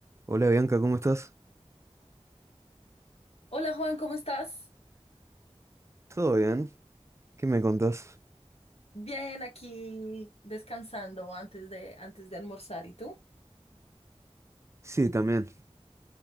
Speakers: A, on the right; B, on the left.
A: Hola Bianca, ¿cómo estás?
B: Hola Juan, ¿cómo estás?
A: ¿Todo bien? ¿Qué me contás?
B: Bien, aquí descansando antes de, antes de almorzar. ¿Y tú?
A: Sí, también.